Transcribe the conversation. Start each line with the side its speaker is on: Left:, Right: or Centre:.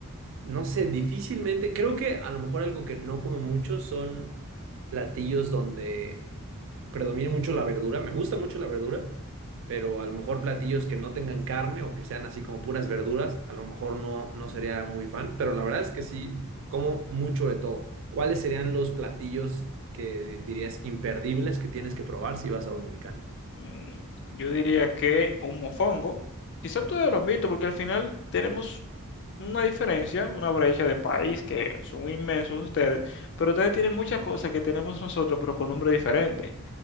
Right: No sé, difícilmente. Creo que a lo mejor algo que no como mucho son platillos donde predomine mucho la verdura. Me gusta mucho la verdura, pero a lo mejor platillos que no tengan carne o que sean así como puras verduras, a lo mejor no, no sería muy fan. Pero la verdad es que sí, como mucho de todo. ¿Cuáles serían los platillos que dirías imperdibles que tienes que probar si vas a Dominicana?
Left: Mm, Yo diría que un mofongo. Quizás todos lo han visto, porque al final tenemos una diferencia, una brecha de país que son inmensos ustedes, pero ustedes tienen muchas cosas que tenemos nosotros, pero con nombre diferente.